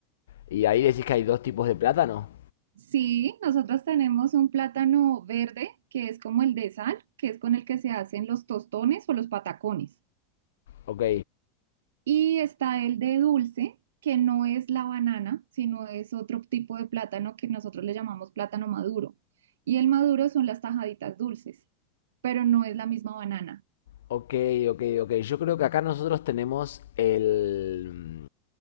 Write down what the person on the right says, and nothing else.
Sí, nosotros tenemos un plátano verde que es como el de sal, que es con el que se hacen los tostones o los patacones.
Y está el de dulce, que no es la banana, sino es otro tipo de plátano que nosotros le llamamos plátano maduro. Y el maduro son las tajaditas dulces, pero no es la misma banana.